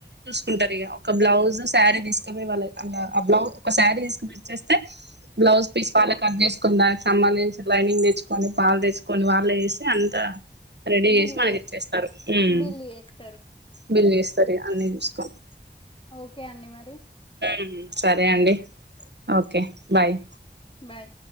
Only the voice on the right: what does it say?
కుంటారు ఇక ఒక బ్లౌజ్ శారీ తీసుకుని వాళ్ళ ఆ బ్లౌజ్ ఒక శారీ తీసుకుని వచ్చేస్తే బ్లౌజ్ పీస్ వల్లే కట్ చేస్ కొదనికి సంబంధించి లైనింగ్ తెచ్చుకొని పాలు తెచ్చుకొని వాళ్ళు వేసి అంత రెడీ
చేసి మనకి
ఇచ్చేస్తారు ఉమ్
బిల్ చేస్తారు ఇగ అన్ని చూసుకోని
ఉమ్ సరే అండి ఓకే బాయ్